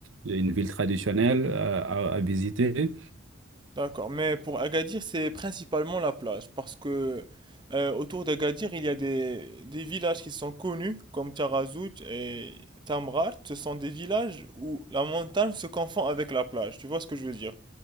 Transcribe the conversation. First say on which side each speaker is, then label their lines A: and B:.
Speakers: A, on the right; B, on the right.
A: une ville traditionnelle à, à- à visiter?
B: D'accord, mais pour Agadir, c'est principalement la plage, parce que euh, autour d'Agadir, il y a des, des villages qui sont connus, comme Tarazout et Tamraght. Ce sont des villages où la montagne se confond avec la plage, tu vois ce que je veux dire?